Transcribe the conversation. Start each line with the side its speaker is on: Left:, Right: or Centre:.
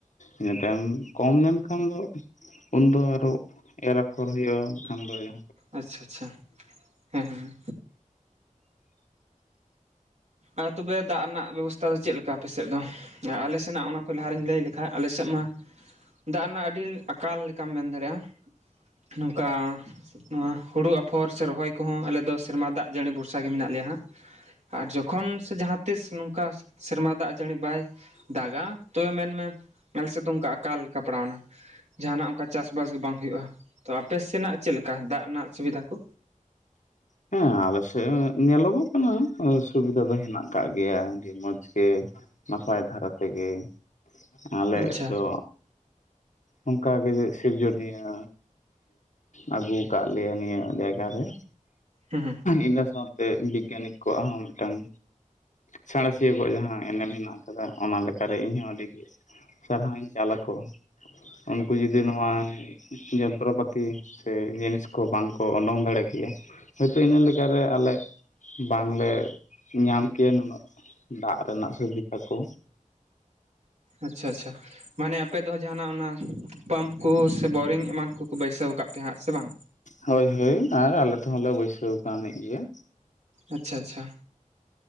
Left: ᱤᱱᱟ. ᱛᱟᱭᱚᱢ ᱠᱚᱢ ᱞᱮᱱᱠᱷᱟᱱ ᱫᱚ ᱩᱱᱫᱚ ᱟᱨᱚ ᱮᱨ ᱟᱯᱷᱚᱨ ᱦᱩᱭᱩᱜ-ᱟ ᱵᱟᱠᱷᱟᱱ ᱫᱚ ᱮᱭ
Right: ᱟᱪᱪᱷᱟ ᱟᱪᱪᱷᱟ ᱦᱮᱸ ᱦᱮᱸ ᱟᱨ ᱛᱚᱵᱮ ᱫᱟᱜ ᱨᱮᱱᱟᱜ ᱵᱮᱵᱚᱥᱛᱷᱟ ᱫᱚ ᱪᱮᱫ ᱞᱮᱠᱟ? ᱟᱯᱮ ᱥᱮᱫ ᱫᱚ ᱟᱞᱮ ᱥᱮᱱᱟᱜ ᱚᱱᱟ ᱠᱚ ᱞᱟᱦᱟ ᱨᱮᱧ ᱞᱟᱹᱭ ᱞᱮᱠᱷᱟ ᱟᱞᱮ ᱥᱮᱫ ᱢᱟ ᱫᱟᱜ ᱨᱮᱱᱟᱜ ᱟᱹᱰᱤ ᱟᱠᱟᱞ ᱞᱮᱠᱟᱢ ᱢᱮᱱ ᱫᱟᱲᱮᱭᱟᱜ-ᱟ ᱱᱚᱝᱠᱟ ᱱᱚᱣᱟ ᱦᱩᱲᱩ ᱟᱯᱷᱚᱨ ᱥᱮ ᱨᱚᱦᱚᱭ ᱠᱚᱦᱚᱸ ᱟᱞᱮᱫᱚ ᱥᱮᱨᱢᱟ ᱫᱟᱜ ᱡᱟ. ᱲᱤ ᱵᱷᱚᱨᱥᱟ ᱜᱮ ᱢᱮᱱᱟᱜ ᱞᱮᱭᱟ ᱦᱟᱸᱜ ᱟᱨ ᱡᱚᱠᱷᱚᱱ ᱥᱮ ᱡᱟᱦᱟᱸ ᱛᱤ ᱱᱚᱝᱠᱟ ᱥᱮᱨᱢᱟ ᱫᱟᱜ ᱡᱟᱹᱲᱤ ᱵᱟᱭ ᱫᱟᱜᱟ ᱛᱚᱵᱮ ᱢᱮᱱᱢᱮ ᱟᱞᱮ ᱥᱮᱫ ᱫᱚ ᱚᱱᱠᱟ ᱟᱠᱟᱞ ᱠᱟᱯᱲᱟᱣ ᱱᱟᱣ ᱡᱟᱦᱟᱱᱟᱜ ᱚᱱᱠᱟ ᱪᱟᱥ ᱵᱟᱥ ᱜᱮ ᱵᱟᱝ ᱦᱩᱭᱩᱜ-ᱟ ᱛᱚ ᱟᱯᱮ ᱥᱮᱱᱟᱜ ᱪᱮᱫ ᱞᱮᱠᱟ ᱫᱟᱜ ᱨᱮᱱᱟᱜ ᱥᱩᱵᱤᱫᱷᱟ ᱠᱩ
Left: ᱦᱮᱸ ᱟᱞᱮ ᱥᱮᱫ ᱧᱮᱞᱚᱜᱚᱜ ᱠᱟᱱᱟ ᱥᱩᱵᱤᱫᱟ ᱫᱚ ᱦᱮᱱᱟᱜ ᱟᱠᱟᱜ ᱜᱮᱭᱟ ᱟᱹᱰᱤ ᱢᱚᱸᱡᱽ ᱜᱮ᱾ ᱱᱟᱯᱟᱭ ᱫᱷᱟᱨᱟ ᱛᱮᱜᱮ ᱟᱞᱮ
Right: ᱟᱪᱪᱷᱟ
Left: ᱫᱚ ᱚᱱᱠᱟ ᱜᱮ ᱥᱤᱨᱡᱚᱱᱤᱭᱟᱹ ᱟᱹᱜᱩ ᱠᱟᱜ ᱞᱮᱭᱟ ᱱᱤᱭᱟᱹ ᱡᱟᱭᱜᱟ ᱨᱮ
Right: ᱦᱩ ᱦᱩ
Left: ᱤᱱᱟᱹ ᱥᱟᱶᱛᱮ ᱵᱤᱜᱽᱜᱟᱱᱤᱠ ᱠᱚᱣᱟᱜ ᱦᱚᱸ ᱢᱤᱫᱴᱟᱝ ᱥᱟᱬᱮᱥᱤᱭᱟᱹ ᱠᱚᱣᱟᱜ ᱡᱟᱦᱟᱸ ᱮᱱᱮᱢ ᱢᱮᱱᱟ ᱦᱮᱱᱟᱜ ᱟᱠᱟᱫᱟ ᱚᱱᱟᱠᱟᱨᱮ ᱤᱧᱦᱚᱸ ᱟᱹᱰᱤ ᱜᱮ ᱥᱟᱨᱦᱟᱣ ᱤᱧ ᱪᱟᱞ ᱟᱠᱚᱣᱟ ᱩᱱᱠᱩ ᱡᱩᱫᱤ ᱱᱚᱣᱟ ᱡᱚᱱᱛᱨᱚᱯᱟᱹᱛᱤ ᱥᱮ ᱡᱤᱱᱤᱥ ᱠᱚ ᱵᱟᱝ ᱠᱚ ᱩᱰᱩᱝ ᱫᱟᱲᱮ ᱠᱮᱭᱟ ᱦᱳᱭᱛᱚ ᱤᱱᱟᱹ ᱞᱮᱠᱟ ᱨᱮ ᱟᱞᱮ ᱵᱟᱝᱞᱮ ᱧᱟᱢ ᱠᱮᱭᱟ ᱱᱩᱱᱟᱹᱜ ᱫᱟᱜ ᱨᱮᱱᱟᱜ ᱥᱩᱵᱤᱫᱷᱟ ᱠᱚ
Right: ᱟᱪᱪᱷᱟ ᱟᱪᱪᱷᱟ ᱢᱟᱱᱮ ᱟᱯᱮ ᱫᱚ ᱡᱟᱦᱱᱟᱜ ᱚᱱᱟ ᱯᱟᱢᱯ ᱠᱚ ᱥᱮ ᱵᱳᱨᱤᱝ ᱮᱢᱟᱱ ᱩᱱᱠᱩ ᱠᱚ ᱵᱟᱹᱭᱥᱟᱹᱣ ᱠᱟᱜ ᱯᱮ ᱦᱟᱸᱜ ᱥᱮ ᱵᱟᱝ
Left: ᱦᱳᱭ ᱦᱳᱭ ᱟᱨ ᱟᱞᱮ ᱛᱮᱦᱚᱸᱞᱮ ᱵᱟᱹᱭᱥᱟᱹᱣ ᱠᱟᱣᱱᱤ ᱜᱮᱭᱟ᱾
Right: ᱟᱪᱪᱷᱟ ᱟᱪᱪᱷᱟ